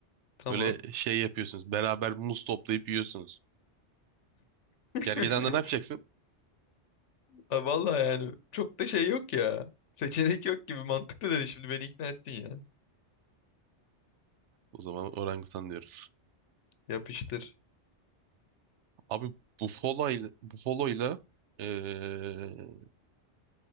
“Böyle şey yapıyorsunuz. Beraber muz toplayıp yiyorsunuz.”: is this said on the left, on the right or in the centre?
Right